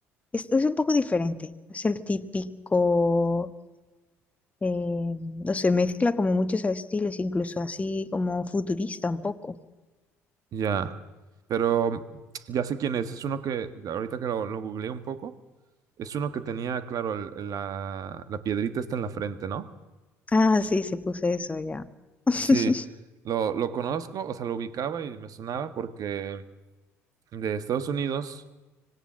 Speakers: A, on the left (about 20°); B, on the right (about 55°).
A: es, es un poco diferente, es el típico, eh, no sé, mezcla como muchos estilos, incluso así como futurista un poco.
B: Ya. Pero mm, ya sé quién es. Es uno que, ahorita que lo, lo googleé un poco, es uno que tenía, claro, el- la, la piedrita está en la frente, ¿no?
A: Ah, sí, se puso eso ya. <laughs>
B: Sí, lo, lo conozco, o sea, lo ubicaba y me sonaba porque de Estados Unidos,